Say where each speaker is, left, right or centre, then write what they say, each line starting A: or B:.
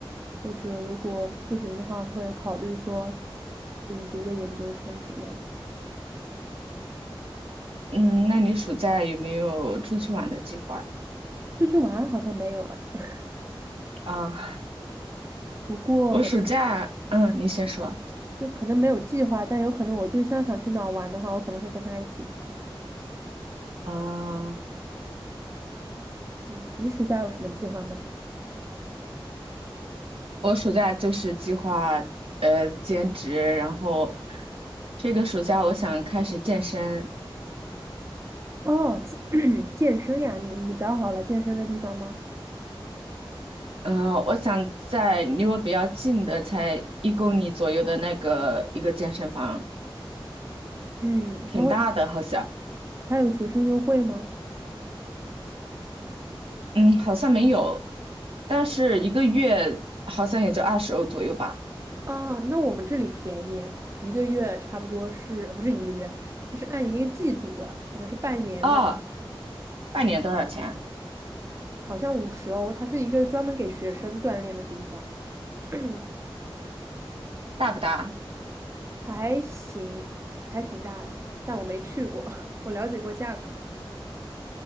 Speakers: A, on the right; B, on the right.
A: 或者如果不行的话，会考虑说，嗯，读个研究生之类的。
B: 嗯，那你暑假有没有出去玩的计划
A: 出去玩好像没有哎。<laughs>
B: 啊？
A: 不过，
B: 我暑假，嗯，你先说。
A: 就可能没有计划，但有可能我对象想去哪儿玩的话，我可能会跟他一起去。
B: 啊，
A: 嗯，你暑假有什么计划吗？
B: 我暑假就是计划呃兼职，然后这个暑假我想开始健身，
A: 哦，健 <clears throat> 健身呀，你你找好了健身的地方吗？
B: 嗯，我想在离我比较近的，才一公里左右的那个一个健身房，
A: 嗯，
B: 挺大的，
A: 他会，
B: 好像，
A: 他有学生优惠吗？
B: 嗯，好像没有，但是一个月好像也就二十欧左右吧。
A: 啊，那我们这里便宜，一个月差不多是，呃不是一个月，他是按一个季度的，可能是半年这样，
B: 啊，半年多少钱？
A: 好像五十欧，他是一个专门给学生锻炼的地方，<clears throat>
B: 大不大？
A: 还行，还挺大的，但我没去过，<laughs> 我了解过价格。